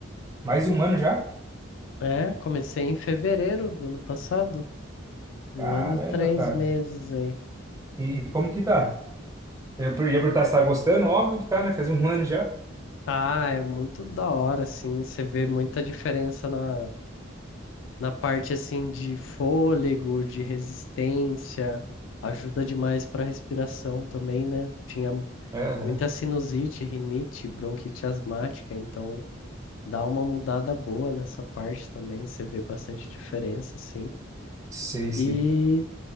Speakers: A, on the right; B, on the left.
A: Mais um ano já?
B: É, comecei em fevereiro do ano passado. Um
A: Caramba,
B: ano e três
A: cara.
B: meses aí.
A: E como que tá? Eu ia perguntar se tá gostando, óbvio que tá, né? Faz um ano já.
B: Ah, é muito da hora, assim. Você vê muita diferença na, na parte, assim, de fôlego, de resistência. Ajuda demais pra respiração também, né? Tinha
A: Aham.
B: Muita sinusite, rinite, bronquite asmática, então dá uma mudada boa nessa parte também, você vê bastante diferença, assim.
A: Sei, sei.
B: E